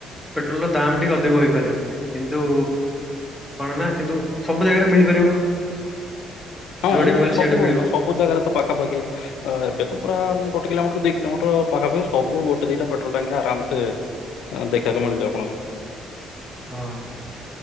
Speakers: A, in the centre; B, on the left.
A: ପେଟ୍ରୋଲର ଦାମ୍ ଟିକେ ଅଧିକ ହେଇପାରେ କିନ୍ତୁ କଣ ନା କିନ୍ତୁ ସବୁ ଜାଗାରେ ମିଳିପାରିବ।
B: ହଁ
A: ଯୁଆଡେ
B: ଏନେ
A: ବି ଗଲେ
B: ସବୁ
A: ସିଆଡେ ମିଳିବ।
B: ସବୁ ଜାଗାରେ ତ ପାଖାପାଖି ଏବେ ତ ପୁରା ଗୋଟେ କିଲୋମିଟର ଦି କିଲୋମିଟର ପାଖାପଖି ସବୁ ଗୋଟେ ଦିଟା ପେଟ୍ରୋଲ ଟାଙ୍କି ଆରାମସେ ଦେଖିବାକୁ ମିଳିଯିବ ଆପଣଙ୍କୁ।
A: ହଁ।